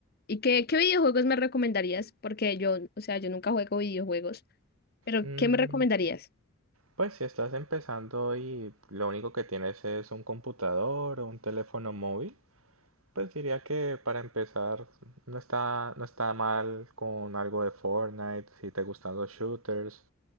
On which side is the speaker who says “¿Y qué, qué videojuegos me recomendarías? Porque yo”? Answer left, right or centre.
Left